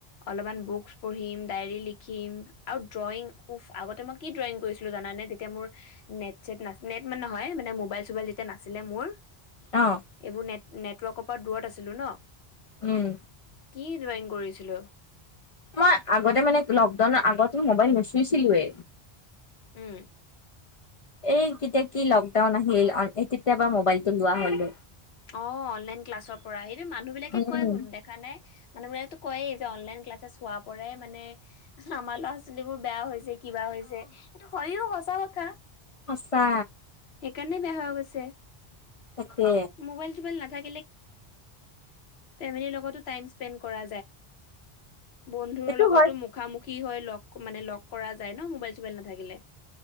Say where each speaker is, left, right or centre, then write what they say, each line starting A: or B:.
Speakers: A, on the left (about 85°); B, on the left (about 55°).
A: অলপমান বুকচ পঢ়িম ডা ৰি লিখিম আৰু ড্ৰইগ উফ আগতে মই কি ড্ৰইগ কৰিছিলো জানানে তেতিয়া মোৰ নেট চেট ন নেট মানে নহয় মানে মোবাইল চোবাইল যেতিয়া নাছিলে মোৰ
B: অ
A: এইবোৰ নেট নেটৱৰ্কৰ পৰা দূৰত আছিলো ন
B: উম
A: কি ড্ৰয়িং কৰিছিলো
B: মই আগতে মানে লকডাউনৰ আগত মোবাইল নুচুইছিলোৱে
A: উম
B: এই কেতিয়া কি লকডাউন আহিল কেতিয়াবা মবাইলটো লোৱা হলো
A: অ অনলাইন ক্লাছৰ পৰা সটো মানুহ বিলাকে
B: উম,
A: কয় শুন দেখা নাই মানুহ বিলাকো কয়েই অন লাইন ক্লাছ হোৱা পৰাই মানে আমাৰ ল'ৰা ছোৱালী বোৰ বেয়া হৈছে কিবা হৈছে এইটো হয়ও সঁচা কথা
B: আচ্ছা
A: সেইকাৰণে বেয়া হৈ গৈছে
B: তাকে
A: মোবাইল চোবাইল ন আৰু লগত টাই স্পে কৰা বন্ধুৰ
B: সেইটো
A: লগতো
B: হয়
A: মুখামুখি হয় লগ মানে লগ কৰা যায় ন মোবাইল চোবাইল নাথাকিলে